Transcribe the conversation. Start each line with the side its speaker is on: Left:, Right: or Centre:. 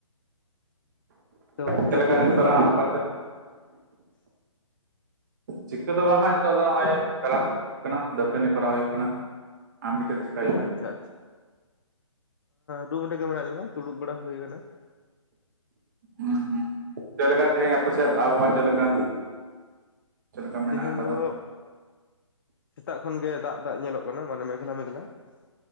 Left: ᱛᱚ
Right: ᱪᱮᱫ ᱞᱮᱠᱟ
Left: ᱠᱚ ᱪᱤᱠᱟᱹ
Right: ᱱᱤᱛᱚᱜᱼᱟᱯᱮ
Left: ᱵᱟᱲᱟ ᱦᱩᱭᱩᱜ ᱠᱟᱱᱟ
Right: ᱥᱮᱫ ᱪᱤᱠᱟᱹ ᱫᱚ ᱵᱟᱝ ᱦᱟᱜ ᱱᱤᱛᱚᱜ ᱫᱚ ᱱᱚᱜᱼᱚᱭ ᱵᱮᱨᱟᱥ ᱠᱟᱱᱟ ᱫᱟᱹᱛᱟᱹᱱᱤ ᱠᱚᱨᱟᱣ ᱦᱳᱭᱳᱜ ᱠᱟᱱᱟ <unintelligible>
Left: ᱟᱪᱪᱷᱟ ᱟᱪᱪᱷᱟ ᱨᱩᱢ ᱨᱮ ᱜᱮ ᱢᱮᱱᱟᱜ ᱞᱤᱧᱟ ᱫᱩᱲᱩᱵ ᱵᱟᱲᱟ ᱦᱳᱭ ᱟᱠᱟᱱᱟ
Right: ᱦᱮᱸ ᱪᱮᱫ ᱞᱮᱠᱟ ᱛᱮᱦᱮᱧ ᱟᱯᱮ ᱥᱮᱫ ᱟᱵᱷᱚᱣᱟ ᱪᱮᱫ ᱞᱮᱠᱟ ᱪᱮᱫ ᱞᱮᱠᱟ ᱢᱮᱱᱟᱜ
Left: ᱛᱮᱦᱮᱧ
Right: ᱟᱠᱟᱫᱟ
Left: ᱫᱚ ᱥᱮᱛᱟᱜ ᱠᱷᱚᱱ ᱜᱮ ᱫᱟᱜ ᱫᱟᱜ ᱧᱮᱞᱚᱜ ᱠᱟᱱᱟ ᱢᱟᱱᱮ ᱢᱮᱜᱷᱞᱟ ᱢᱮᱜᱷᱞᱟ